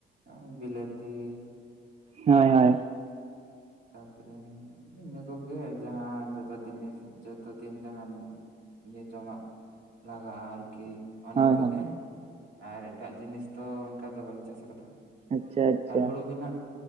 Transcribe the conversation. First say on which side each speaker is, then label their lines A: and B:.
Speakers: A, on the right; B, on the right.
A: ᱮ ᱵᱤᱞᱟᱹᱛᱤ ᱾
B: ᱦᱳᱸᱭ ᱦᱳᱸᱭ ᱾
A: ᱛᱟᱯᱚᱨᱮ, ᱤᱱᱟᱹ ᱠᱚᱜᱮ ᱾ ᱡᱟᱦᱟᱸ ᱡᱚᱛᱚ ᱫᱤᱱᱤᱥ ᱡᱚᱛᱚ ᱫᱤᱱ ᱡᱟᱦᱟᱸ, ᱤᱭᱟᱹ ᱡᱚᱢᱟᱜᱼᱼ ᱞᱟᱜᱟᱜᱼᱟ ᱟᱨᱠᱤ ᱾ ᱚᱱᱟ
B: ᱦᱳᱭ
A: ᱠᱚᱜᱮ,
B: ᱦᱳᱭ
A: ᱟᱨ ᱮᱴᱟᱜ ᱡᱤᱱᱤᱥ ᱫᱚ ᱚᱱᱠᱟ ᱫᱚ ᱵᱟᱞᱮ ᱪᱟᱥ ᱟᱠᱟᱫᱟ
B: ᱟᱪᱪᱷᱟ
A: ᱾
B: ᱟᱪᱪᱷᱟ
A: ᱟᱨ ᱦᱩᱲᱩ ᱜᱮ ᱦᱟᱸᱜ